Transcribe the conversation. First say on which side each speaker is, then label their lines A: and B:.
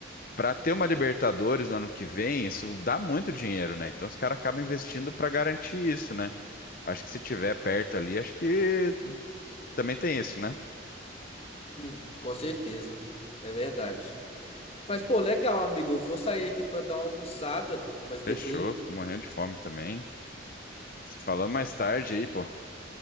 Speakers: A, on the left; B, on the left.
A: Para ter uma Libertadores no ano que vem, isso dá muito dinheiro, né? Então os caras acabam investindo para garantir isso, né? Acho que se tiver perto ali, acho que também tem isso, né?
B: Uhum, com certeza. É verdade. Mas, pô, legal, amigo. Eu vou sair aqui pra dar uma almoçada, mas depois
A: Fechou,
B: a gente.
A: tô morrendo de fome também. Se falamos mais tarde aí, pô.